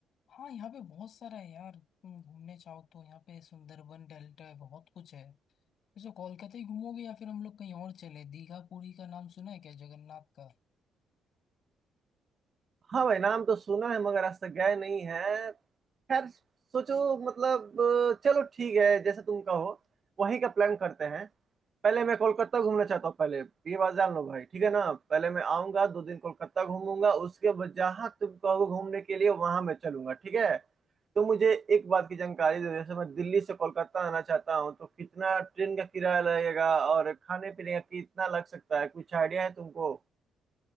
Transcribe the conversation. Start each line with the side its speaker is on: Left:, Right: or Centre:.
Left: हाँ यहाँ पे बहुत सारा है यार तुम घूमने चाहो तो यहाँ पे सुंदरबन डेल्टा है बहुत कुछ है वैसे कोलकाता ही घूमोगे या फिर हम लोग कहीं और चले दीघा पुरी का नाम सुना है क्या जगन्नाथ का
Right: हाँ भाई नाम तो सुना है मगर आज तक गए नहीं है खैर सोचो मतलब अ, चलो ठीक है जैसे तुम कहो वहीं का प्लान करते हैं पहले मैं कोलकाता घूमना चाहता हूँ पहले ये बात जान लो भाई ठीक है ना पहले मैं आऊंगा दो दिन कोलकाता घूमूंगा उसके बाद जहाँ तुम कहो घूमने के लिए वहां मैं चलूंगा ठीक है तो मुझे एक बात की जानकारी दो जैसे मैं दिल्ली से कोलकाता आना चाहता हूँ तो कितना ट्रेन का किराया लगेगा और खाने पीने का कितना लग सकता है कुछ आइडिया है तुमको